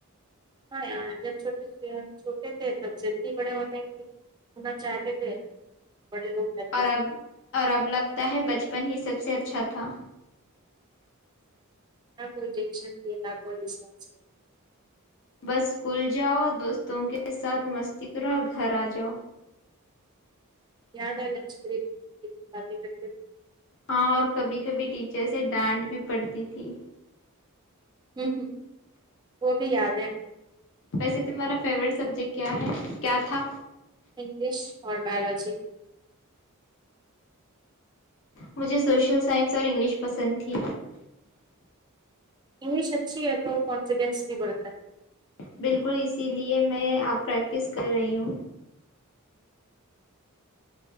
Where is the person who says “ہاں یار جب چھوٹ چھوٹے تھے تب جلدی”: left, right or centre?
Right